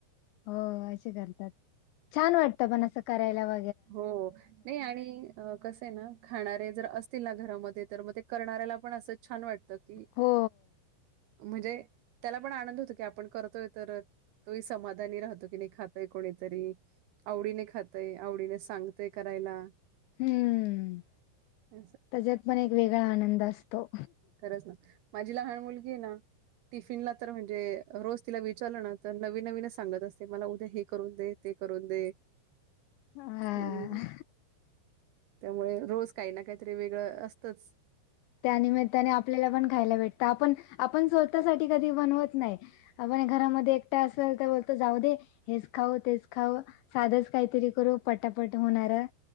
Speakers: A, on the left; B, on the right.
A: हो असे करतात छान वाटतं पण असं करायला व
B: हो नाही आणि अ कसं आहे ना खाणारे जर असतील ना घरामध्ये तर मग ते करणाऱ्याला पण अस छान वाटत की
A: हो
B: म्हणजे त्याला पण आनंद होतो की आपण करतोय तर तोही समाधानी राहतो की नाही खातय कोणीतरी आवडीने खातय, आवडीने सांगतय करायला.
A: हम्म
B: अस
A: त्याच्यात पण एक वेगळा आनंद असतो.
B: खरंच ना माझी लहान मुलगीय ना टिफिनला तर म्हणजे रोज तिला विचारलं ना तर नवीन नवीनच सांगत असते मला उद्या हे करून दे. ते करून दे.
A: हा
B: हम्म... त्यामुळे रोज काही ना काहीतरी वेगळं असतंच
A: त्यानिमित्ताने आपल्याला पण खायला भेटतं, आपण... आपण स्वतःसाठी कधी बनवत नाई आपण घरामधी एकटं असल तर बोलतो, जाऊ दे हेच खाऊ तेच खाऊ साधंच काहीतरी करू पटापट होणारं,